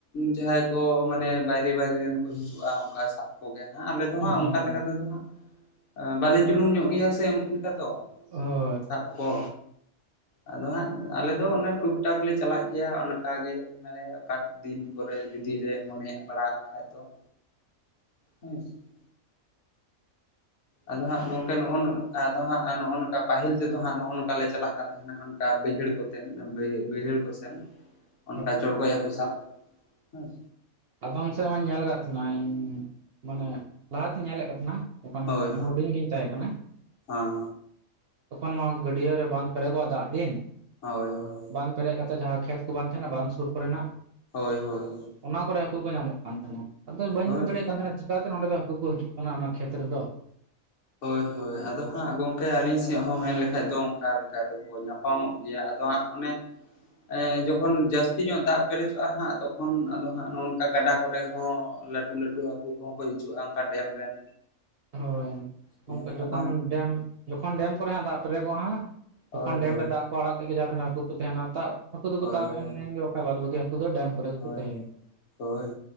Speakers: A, on the left (about 60°); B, on the right (about 60°).
A: ᱡᱟᱦᱟᱸᱭ ᱠᱚ ᱢᱟᱱᱮ ᱵᱟᱭᱨᱮ ᱵᱟᱭᱨᱮ ᱨᱮᱱ ᱠᱚ ᱦᱤᱡᱩᱜᱼᱟ ᱚᱱᱠᱟ ᱥᱟᱵ ᱠᱚᱜᱮ ᱦᱟᱸᱜ, ᱟᱞᱮ ᱫᱚ
B: ᱦᱩᱸ
A: ᱦᱟᱸᱜ ᱚᱱᱠᱟ
B: ᱦᱩᱸ
A: ᱞᱮᱠᱟ ᱛᱮᱫᱚ ᱦᱟᱸᱜ ᱵᱟᱞᱮ ᱡᱩᱞᱩᱝ ᱧᱚᱜ ᱜᱮᱭᱟ ᱥᱮ ᱩᱱᱠᱩ ᱞᱮᱠᱟ ᱫᱚ ᱾
B: ᱚ ᱾
A: ᱥᱟᱵ ᱠᱚ ᱟᱫᱚ ᱦᱟᱸᱜ ᱟᱞᱮ ᱫᱚ ᱚᱱᱮ ᱴᱩᱠ ᱴᱟᱠ ᱞᱮ ᱪᱟᱞᱟᱜ ᱜᱮᱭᱟ ᱚᱱᱠᱟᱜᱮ ᱾ ᱢᱟᱱᱮ ᱯᱷᱟᱠ ᱫᱤᱱ ᱠᱚᱨᱮ ᱡᱩᱫᱤ ᱞᱮ ᱢᱚᱱᱮᱭ ᱵᱟᱲᱟᱣᱟᱜ ᱠᱷᱟᱡ ᱫᱚ ᱾
B: <unintelligible>
A: ᱦᱮᱸ ᱥᱮ ᱾ ᱟᱫᱚ ᱦᱟᱸᱜ ᱜᱚᱝᱠᱮ ᱱᱚᱜ-ᱚ ᱱᱟ ᱟᱫᱚ ᱦᱟᱸᱜ ᱱᱚᱜᱼᱚ ᱱᱚᱝᱠᱟ ᱯᱟᱦᱤᱞ ᱛᱮ ᱫᱚ ᱦᱟᱸᱜ ᱱᱚᱜᱼᱚ ᱱᱚᱝᱠᱟ ᱞᱮ ᱪᱟᱞᱟᱜ ᱠᱟᱱ ᱛᱟᱦᱮᱱᱟ ᱱᱚᱝᱠᱟ ᱵᱟᱹᱭᱦᱟᱹᱲ ᱠᱚ ᱛᱮᱫᱽ ᱵᱟᱹᱭ, ᱵᱟᱹᱭᱦᱟᱹᱲ ᱠᱚᱥᱮᱱ᱾
B: <unintelligible>
A: ᱚᱱᱠᱟ ᱪᱚᱲᱜᱚᱡ ᱦᱟᱹᱠᱳ ᱥᱟᱵ ᱦᱮᱸ
B: ᱟᱫᱚᱢ ᱥᱮᱫ ᱢᱟᱧ ᱧᱮᱞ ᱠᱟᱜ ᱛᱟᱦᱮᱸᱱᱟ ᱤᱧ, ᱢᱟᱱᱮ ᱞᱟᱦᱟᱸᱛᱤᱧ ᱧᱮᱞᱮᱫ ᱠᱚ ᱛᱟᱦᱮᱸᱱᱟ᱾ ᱛᱚᱠᱷᱚᱱ
A: ᱦᱳᱭ
B: ᱢᱟᱱᱮ ᱦᱩᱰᱤᱧ ᱜᱤᱧ ᱛᱟᱦᱮᱸ ᱠᱟᱱᱟ,
A: ᱦᱮᱸ
B: ᱛᱚᱠᱷᱚᱱ ᱢᱟ ᱜᱟᱹᱰᱭᱟᱹ ᱨᱮ ᱵᱟᱸᱫ ᱯᱮᱨᱮᱡᱚᱜ-ᱟ ᱫᱟᱜ ᱫᱤᱱ᱾
A: ᱦᱳᱭ ᱦᱳᱭ,
B: ᱵᱟᱝ ᱯᱮᱨᱮᱡ ᱠᱟᱛᱮ ᱡᱟᱦᱟᱸ ᱠᱷᱮᱛ ᱠᱚ ᱵᱟᱝ ᱛᱟᱦᱮᱱᱟ ᱵᱟᱱ ᱥᱩᱨ ᱠᱚᱨᱮᱱᱟᱜ ᱾
A: ᱦᱳᱭ ᱦᱳᱭ᱾
B: ᱚᱱᱟ ᱠᱚᱨᱮ ᱦᱟᱹᱠᱳ ᱠᱚ ᱧᱟᱢᱚᱜ ᱠᱟᱱ ᱛᱟᱦᱮᱱᱟ ᱟᱫᱚ ᱵᱟᱹᱧ
A: ᱦᱳᱭ
B: ᱵᱩᱡᱽ ᱫᱟᱲᱮᱭᱟᱜ ᱠᱟᱱ ᱛᱟᱦᱮᱱᱟ ᱪᱤᱠᱟ ᱛᱮ ᱱᱚᱸᱰᱮ ᱫᱚ ᱦᱟᱹᱠᱳ ᱠᱚ ᱦᱤᱡᱩᱜ ᱠᱟᱱᱟ ᱚᱱᱟ ᱠᱷᱮᱛ ᱨᱮ ᱫᱚ?
A: ᱦᱳᱭ ᱦᱳᱭ᱾ ᱟᱫᱚ ᱦᱟᱸᱜ ᱜᱚᱝᱠᱮ ᱟᱹᱞᱤᱧ ᱥᱮᱜ ᱦᱚᱸ ᱢᱮᱱ ᱞᱮᱠᱷᱟᱡ ᱫᱚ ᱚᱱᱠᱟ ᱞᱮᱠᱟ ᱛᱮᱠᱚ ᱧᱟᱯᱟᱢᱚᱜ ᱜᱮᱭᱟ ᱟᱫᱚ ᱦᱟᱸᱜ ᱚᱱᱮ ᱮᱸ ᱡᱚᱠᱷᱚᱱ ᱡᱟᱹᱥᱛᱤ ᱧᱚᱜ ᱫᱟᱜ ᱯᱮᱨᱮᱡᱚᱜᱼᱟ ᱦᱟᱸᱜ ᱛᱚᱠᱷᱚᱱ ᱟᱫᱚ ᱦᱟᱸᱜ ᱱᱚᱜ ᱱᱚᱝᱠᱟ ᱜᱟᱰᱟ ᱠᱚᱨᱮ ᱦᱚᱸ ᱞᱟᱹᱴ ᱞᱟᱹᱴᱩ ᱦᱟᱹᱠᱩ ᱠᱚᱦᱚᱸ ᱠᱚ ᱦᱤᱡᱩᱜᱼᱟ ᱚᱝᱠᱟ ᱰᱮᱢ ᱨᱮᱱ,
B: ᱦᱳᱭ
A: ᱦᱮᱸ
B: ᱚᱱᱠᱟ ᱡᱚᱠᱷᱚᱱ
A: ᱟᱫᱚ
B: ᱰᱮᱢ, ᱡᱚᱠᱷᱚᱱ ᱰᱮᱢ ᱠᱚᱨᱮ ᱦᱟᱸᱜ ᱫᱟᱜ ᱯᱮᱨᱮᱡᱚᱜᱼᱟ ᱦᱟᱸᱜ᱾ ᱛᱚᱠᱷᱚᱱ
A: ᱦᱳᱭ
B: ᱰᱮᱢ
A: ᱦᱳᱭ
B: ᱨᱮ ᱫᱟᱜ ᱠᱚ ᱟᱲᱟᱜ ᱠᱮᱫ ᱜᱮ᱾ ᱡᱟᱦᱟ ᱛᱤᱱᱟᱹ ᱦᱟᱹᱠᱩ ᱠᱚ ᱛᱟᱦᱮᱱᱟ ᱾ᱛᱟᱵᱜ ᱦᱟᱹᱠᱩ ᱫᱚᱠᱚ
A: ᱦᱳᱭ
B: ᱛᱟᱵ
A: ᱦᱳᱭ
B: ᱮᱱ ᱞᱮᱱᱜᱮ ᱵᱟᱠᱟᱱ ᱵᱟᱫ ᱵᱟᱹᱜᱤ ᱠᱚᱫᱚ ᱰᱮᱢ ᱠᱚᱨᱮ ᱜᱮᱠᱚ
A: ᱦᱳᱭ,
B: ᱛᱟᱦᱮᱸᱭᱮᱱᱟ
A: ᱦᱳᱭ